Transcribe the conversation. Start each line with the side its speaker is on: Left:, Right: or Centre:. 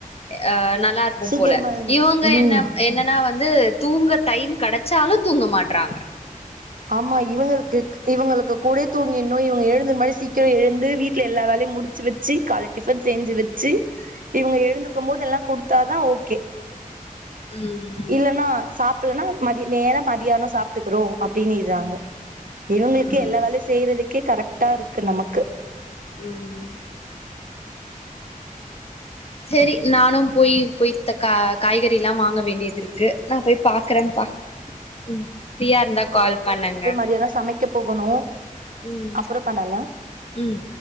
Left: ஆ நா ல்லா இருப்போ
Right: சீக்கிரமா
Left: போல
Right: எழுந்துரு
Left: இவுங்க
Right: ம்
Left: என்ன என்னனா வந்து தூங்க டைம் கெடச்சாலு தூங்க மாட்றாங்க
Right: ஆமா இவுங்களுக்குக் இவுங்களுக்கு கூடயே தூங்கின்னு இவுங்க எழுந்து முன்னாடி சீக்கிர எழுந்து வீட்ல எல்லா வேலையு முடிச்சு வெச் ச்சி காலை டிஃபன் செஞ்சி வச்சி இவுங்க எழுந்துக்க மோது எல்லா குடுத்தாதா ஓகே
Left: ம் ம்
Right: இல்லனா சாப்புல்னா மதிய நேர மதியானொ சாப்டுக்குறோ அப்டின்னிற்றாங்க இவுங்ளுக்கே
Left: ம்
Right: எல்லா வேலையு செய்றதுக்கே கரெக்ட்டா இருக்கு நமக்கு
Left: ம் செரி நானு போய் போய் த கா காய்கறிலா வாங்க வேண்டியது இருக்கு நா போய் பாக்கறம்ப்பா ம் ஃப்ரீயா இருந்தா கால் பண்ணுங்க
Right: த்தியான சமைக் ங்க போகணு
Left: ம்
Right: அப்புறோ பண்ணல
Left: ம்